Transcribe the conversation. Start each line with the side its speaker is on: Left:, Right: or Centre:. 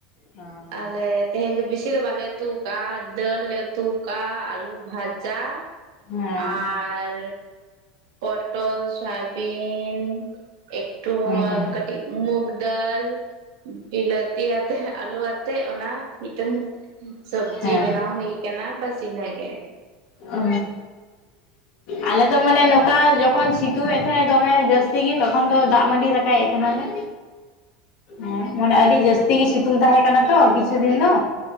Left: ᱦᱮᱸ
Right: ᱟᱞᱮ ᱛᱮᱦᱮᱧ ᱫᱚ ᱵᱮᱥᱤ ᱫᱚ ᱵᱟᱞᱮ ᱩᱛᱩ ᱠᱟᱜ-ᱟ ᱫᱟᱹᱞ ᱞᱮ ᱩᱛᱩ ᱠᱟᱜ-ᱟ ᱟᱞᱩ ᱵᱷᱟᱡᱟ
Left: ᱦᱮᱸ
Right: ᱟᱨ ᱯᱚᱴᱚᱞ, ᱥᱚᱣᱟᱵᱤᱝ, ᱮᱠᱴᱩ
Left: ᱦᱮᱸ
Right: ᱠᱟᱹᱴᱤᱡ ᱢᱩᱜ ᱫᱟᱞ, ᱵᱤᱞᱟᱹᱛᱤ, ᱟᱛᱮ ᱟᱞᱩᱣᱟᱜ, ᱛᱮᱜ ᱚᱱᱟ ᱢᱤᱫᱴᱟᱝ ᱥᱚᱵᱡᱤ
Left: ᱦᱮᱸ
Right: ᱵᱮᱱᱟᱣ ᱦᱩᱭ ᱟᱠᱟᱱᱟ ᱵᱟᱥ ᱤᱱᱟᱹᱜᱮ᱾
Left: ᱚᱻᱻ ᱟᱞᱮ ᱫᱚ ᱢᱟᱱᱮ ᱱᱚᱝᱠᱟ ᱡᱚᱠᱷᱚᱱ ᱥᱤᱛᱩᱝ ᱮᱫ ᱛᱟᱦᱮᱸᱫ ᱫᱚᱢᱮ ᱡᱟᱹᱥᱛᱤ ᱜᱮ ᱛᱚᱠᱷᱚᱱ ᱫᱚ ᱫᱟᱜ ᱢᱟᱹᱰᱤ ᱫᱟᱠᱟ ᱪᱤᱠᱟᱭᱮᱫ ᱛᱟᱦᱮᱱᱟᱞᱮ? ᱦᱮᱸ ᱢᱟᱱᱮ ᱟᱹᱰᱤ ᱡᱟᱹᱥᱛᱤ ᱜᱮ ᱥᱤᱛᱩᱝ ᱛᱟᱦᱮᱸ ᱠᱟᱱᱟ ᱛᱚ ᱠᱤᱪᱷᱩ ᱫᱤᱱ ᱫᱚ᱾